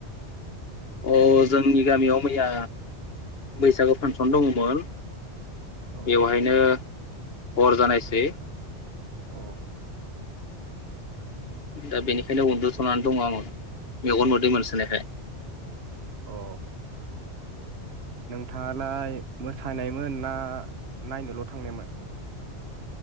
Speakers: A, on the left; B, on the right.
A: अ जोंनि गामियाव मैया बैसागो फांसन दङमोन।
B: औ
A: बेवहायनो। हर जानायसै
B: अ।
A: दा बेनिखायनो उनन्दुथ'नानै दङ आङो मेगन मोदै मोनसोनायखाय।
B: अ नोंथाङालाय मोसानायमोन ना नायनोल' थांनायमोन।